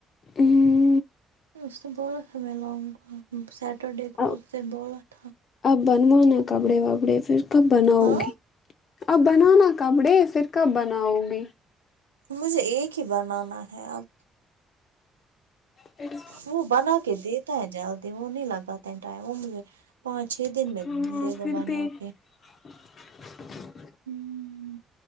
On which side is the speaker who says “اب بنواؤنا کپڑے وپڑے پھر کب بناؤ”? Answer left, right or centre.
Left